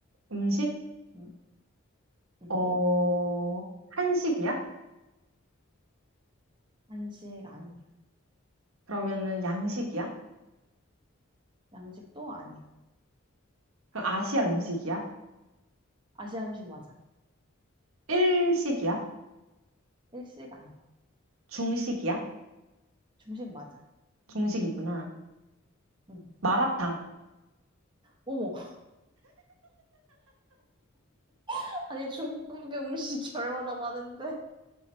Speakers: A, on the right; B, on the right.
A: 음식?
B: 음, 음.
A: 어, 한식이야?
B: 한식 아니야.
A: 그러면은 양식이야?
B: 양식도 아니야.
A: 그럼 아시아 음식이야?
B: 아시아 음식 맞아.
A: 일식이야?
B: 일식 아니야.
A: 중식이야?
B: 중식 맞아.
A: 중식이구나.
B: 응.
A: 마라탕.
B: 어머, <laughs> 아니 중국의 음식이 <laughs> 얼마나 많은데?